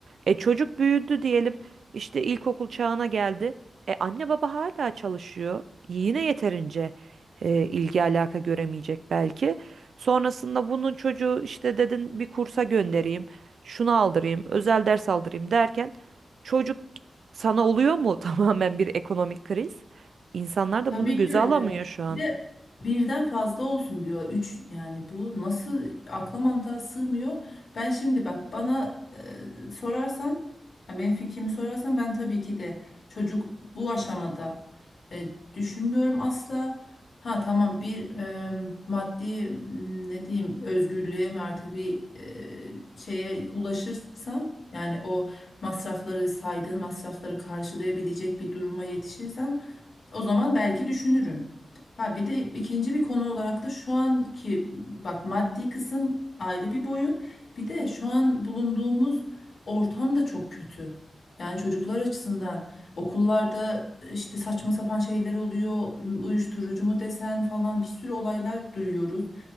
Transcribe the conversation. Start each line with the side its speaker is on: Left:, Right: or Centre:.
Right: E çocuk büyüdü diyelim. İşte ilkokul çağına geldi. E anne baba hala çalışıyor. Yine yeterince e, ilgi alaka göremeyecek belki. Sonrasında bunun çocuğu işte dedin bir kursa göndereyim şunu aldırayım, özel ders aldırayım derken çocuk sana oluyor mu <laughs> tamamen bir ekonomik kriz? İnsanlar da
Left: Tabii
Right: bunu göze
Left: ki öyle.
Right: alamıyor şu an.
Left: Bir de birden fazla olsun diyor. Üç yani bu nasıl akla mantığa sığmıyor. Ben şimdi bak bana e, sorarsan yani benim fikrimi sorarsan ben tabii ki de çocuk bu aşamada e, düşünmüyorum asla. Ha tamam bir e, maddi m, ne diyeyim özgürlüğe mi artık bir e, şeye ulaşırsam yani o masrafları saydığın masrafları karşılayabilecek bir duruma yetişirsem o zaman belki düşünürüm. Ha bir de ikinci bir konu olarak da şu anki bak maddi kısım ayrı bir boyut. Bir de şu an bulunduğumuz ortam da çok kötü. Yani çocuklar açısından okullarda işte saçma sapan şeyler oluyor. Uyuşturucu mu desen falan bir sürü olaylar duyuyoruz.